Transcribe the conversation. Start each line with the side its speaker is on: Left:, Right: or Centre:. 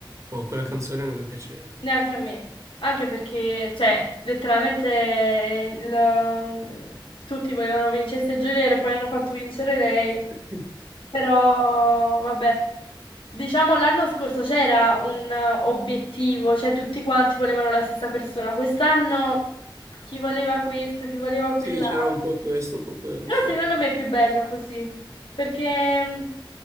Right: Boh, quella canzone non mi piaceva. <laughs>
Left: Neanche a me. Anche perché, cioè, letteralmente il, um, tutti volevano vincesse Gelir e poi hanno fatto vincere lei.
Right: Mm.
Left: Però, vabbè, diciamo l'anno scorso c'era un eh, obiettivo, cioè tutti quanti volevano la stessa persona. Quest'anno chi voleva questo, chi voleva quell'altro.
Right: Sì, c'era un po' questo, un po' quello,
Left: Però
Right: sì.
Left: secondo me è più bello così, perché mh,